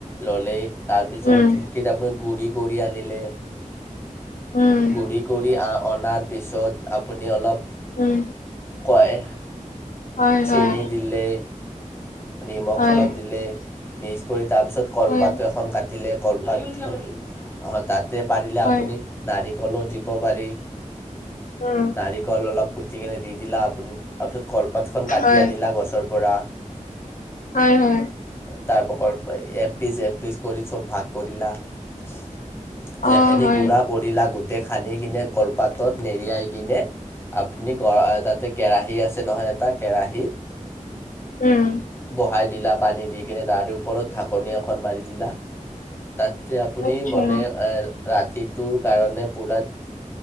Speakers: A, on the left (about 15°); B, on the left (about 75°).
A: ল'লেই তাৰপিছত
B: উম,
A: ধেকীত আপুনি গুড়ি কৰি আনিলে
B: উম,
A: গু়ড়ি কৰি অনাৰ পিছত আপুনি অলপ
B: উম,
A: কয়,
B: হয়,
A: চেনি
B: হয়,
A: দিলে, নিমখ
B: হয়,
A: অলপ দিলে, মিক্স কৰি তাৰপিছত কলপাতটো
B: হয়,
A: এখন কাটি কলপাত অ তাতে পাৰিলে
B: হয়,
A: আপুনি নাৰিকলো দিব পাৰি
B: উম,
A: নাৰিকল অলপ কোটি কেনে দিদিলে, কলপাতখন কাটি
B: হয়,
A: আনিলা গছৰ পৰা
B: হয়, হয়,
A: তাৰ প্ৰ এ পিচ এ পিচ কৰি চব ভাগ কৰিলা। <unintelligible> লেহেনি
B: অ' হয়,
A: গুৰা কৰিলা গ ততে খান্দি কিনে কলপাতত নেৰিয়াই কিনে আপুনি গ তাতে কেৰাহী আছে ছে নহয় এটা কেৰাহীত,
B: উম!
A: বহাই দিলা পানী দি কিনে তাৰে ওপৰত ঢাকনি এখন মাৰি দিলা, তাত আপুনি
B: আচ্ছা
A: মনে এ ৰাতিত তটোৰ কাৰণে পুৰাত